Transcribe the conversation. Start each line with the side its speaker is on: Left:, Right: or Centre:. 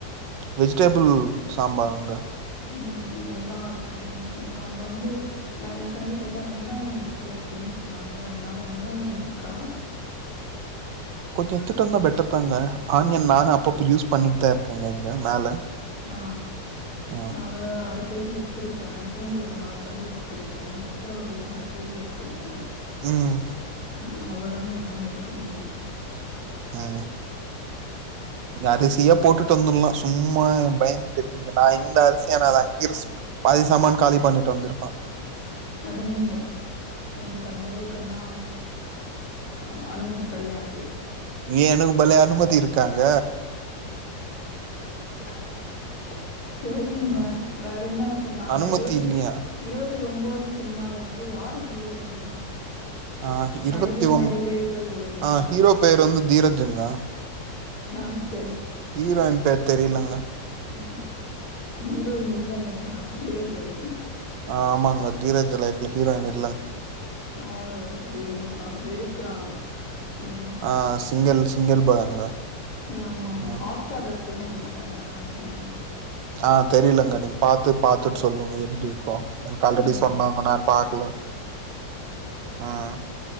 Right: வெஜ்டேபுள் சாம்பாருங்க
Left: ம் எல்லா வெஜிடபிள்ஸு இப்ப அங்க வந்து நா ஏற்கனவே கேட்டே வெங்காய இருக்கு அப்டின் சொன்னாங்க அதனால வெங்காய இருக்கா
Right: கொஞ்ச எத்துட்டு வந்தா பெட்டர் தாங்க ஆனியன் நானு அப்பப்ப யூஸ் பண்ணிட்தா இருக்கேங்க இங்க மேல
Left: ஆ
Right: ம்
Left: நா ஒரு அர கே ஜி எடுத்துருக்கே பூண்டு ஒரு நாலு பல்லு எடுத்துருக்கே சக்கர ஒரு ஒன்ர கே ஜி எடுத்துக்கிட்டே
Right: ம்
Left: ம் அவ்ளொதாங்க என்னால எடுக்க முஞ்சுது
Right: ம் இங்க அரிசிய போட்டு ட்டு வந்துர்லா சும்மா பயந்துட்டுருக்கீங்க நா இந்த அரிசிய நாலா கீழ பாதி சாமான் காலி பண்ணிட்டு வந்திருப்
Left: அது நீங்க எங்களுக்கு அந்த அளவுக்கல்லா அ அனுமதி கடையாது
Right: ஏ எனக்கு பலே அனுமதி இருக்காங்க
Left: <inaudible> தெரியிங்க
Right: அ-
Left: வேற என்ன சொன்னாங்க
Right: அனுமதி
Left: இருவத்தி
Right: இல்லையா
Left: இருவத் தி ஒம்போது சினிமால வந்து யாரு ஹீரோ ஹீரோயின்
Right: ஆ இருவத்தி
Left: நடிகை
Right: ஒம்
Left: நடிகைகள் யாரு
Right: ஆ ஹீரோ பேர் வந்து தீரஜுங்க
Left: ஆ சே
Right: இரண் பேர் தெரியிலங்கா
Left: ம் ஹிரோயின் இல்லல்ல எங்க தீரேஜ் லைப்
Right: ஆ ஆமாங்க தீரஜ் லைப்ல ஹீரோயின் இர
Left: ஆ வெறுக்கறான் ம்
Right: ஆ சிங்கிள் சிங்கிள் பாய்ங்க
Left: ஆமா ஆமா
Right: ம்
Left: ஹாட்ஸ்டார்ல இருக நனைக்கிறாங்க டுவெண்டி நைன்
Right: ஆ தெரியலங்க அது பாத்து பாத்துட்டு சொல்லுங்க எப்டி இருக்கு எனக்கு ஆல்ரெடி
Left: ம்
Right: சொன்னாங்க நான் பாக்கல உஹம்